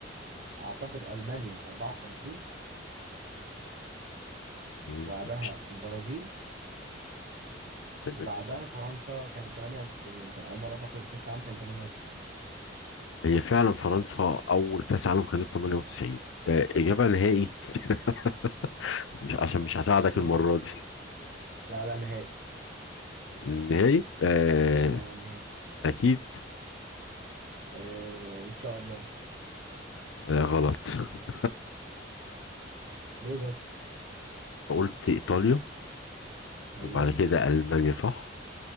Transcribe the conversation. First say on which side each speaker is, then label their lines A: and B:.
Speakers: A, on the right (about 50°); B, on the left (about 80°).
A: اعتقد المانيا 54
B: مم.
A: وبعدها
B: ماشي.
A: البرازيل
B: تمام
A: وبعدها فرنسا كانت 98 كان اول مره تاخد كاس العالم كان 98
B: هي فعلا فرنسا اول كأس عالم خدته 98 آه، إجابة نهائي <laughs> مش عشان مش هساعدك
A: <laughs>
B: المرة دي
A: لا لا نهائي
B: النهائي آه
A: اه نهائي
B: أكيد
A: آه ان شاء الله
B: آه غلط <laughs>
A: ليه بس
B: قلت إيطاليا
A: ايوه
B: وبعد كده ألمانيا صح